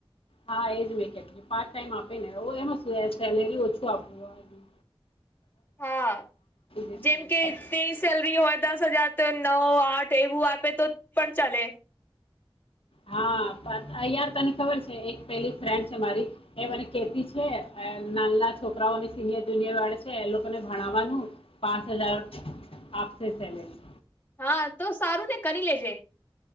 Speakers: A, on the left; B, on the left.
A: હા એજ મેં કેટલી પાર્ટ ટાઈમ આપે ને <unintelligible> સેલેરી ઓછું આપવું હોય
B: હા
A: દે તો
B: જેમ
A: બહુ
B: કે
A: સારું.
B: તેની સેલરી હોય દસ હજાર તો નવ આઠ એવું આપે તો પણ ચાલે
A: હા અયાર તને ખબર છે, એક પેલી ફ્રેન્ડ છે, મારી એ મને કેતી છે. નાલલા છોકરાઓને સિનિયર જુનિયર વાળે છે, એ લોકોને ભણાવવાનું પાંચ હજાર આપશે સેલેરી
B: હા તો સારું ને કરી લેજે